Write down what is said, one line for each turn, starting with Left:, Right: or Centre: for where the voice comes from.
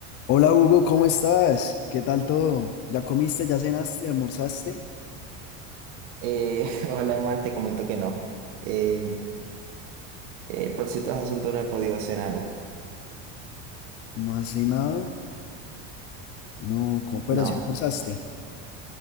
Left: Hola Hugo, ¿cómo estás? ¿Qué tal todo? ¿Ya comiste, ya cenaste, almorzaste?
Right: Eh, <laughs> hola, Omar, te comento que no. Eh, eh, por ciertos asuntos no he podido cenar hoy.
Left: ¿No has cenado? No, co- pero
Right: No.
Left: sí almorzaste.